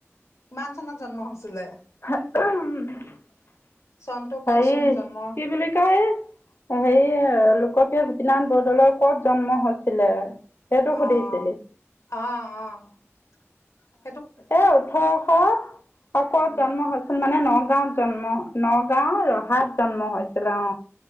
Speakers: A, on the left; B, on the left.
A: কিমান চনত জন্ম হৈছিলে?
B: <unintelligible>
A: চনটো কচোন
B: হেৰি
A: জন্মৰ
B: কি বুলি কৈ সেই স লোকপ্ৰিয় গোপীনাথ বৰদলৈৰ কত জন্ম হৈছিলে?
A: অহ
B: সেইটো সুধিছিলি
A: অহ অহ।
B: এ ওঁঠৰশ শকত
A: উম,
B: জন্ম হৈছিল মানে নগাঁও জন্ম নগাঁও ৰহাত জন্ম হৈছিলে অ।